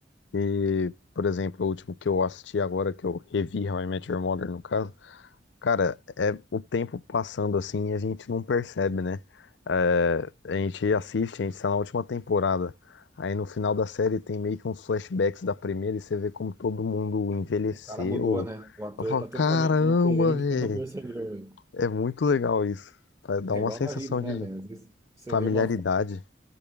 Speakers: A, on the left (about 80°); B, on the right (about 15°).
A: E, por exemplo, o último que eu assisti agora, que eu revi How I Met Your Mother, no caso. Cara, é o tempo passando assim e a gente não percebe, né? É, a gente
B: Não,
A: assiste, a gente tá na última temporada. Aí no final da série tem meio que uns flashbacks da primeira e você vê como todo mundo envelheceu.
B: o cara mudou, né? O ator
A: Eu falo,
B: tá
A: caramba,
B: totalmente diferente,
A: velho.
B: você não percebeu, velho.
A: É muito legal isso. Tá, Dá
B: É
A: uma
B: igual
A: sensação
B: na vida, né,
A: de
B: velho? Às vezes você
A: familiaridade.
B: vê uma foto.